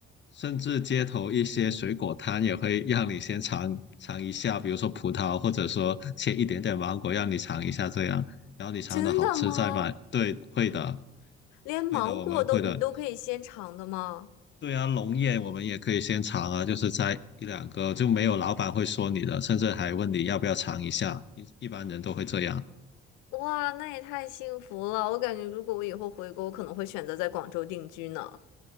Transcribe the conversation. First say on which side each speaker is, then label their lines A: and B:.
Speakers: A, on the left; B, on the left.
A: 甚至街头一些水果摊也会让你先尝尝一下，比如说葡萄，或者说切一点点芒果让你尝一下这样，然后你尝的好吃再买。
B: 真的吗？
A: 对，会的。
B: 连芒果都你都可以先尝的吗？
A: 会的，我们会的。对啊，龙宴我们也可以先尝啊，就是摘一两个，就没有老板会说你的，甚至还问你要不要尝一下。一一般人都会这样。
B: 哇，那也太幸福了！我感觉如果我以后回国，我可能会选择在广州定居呢。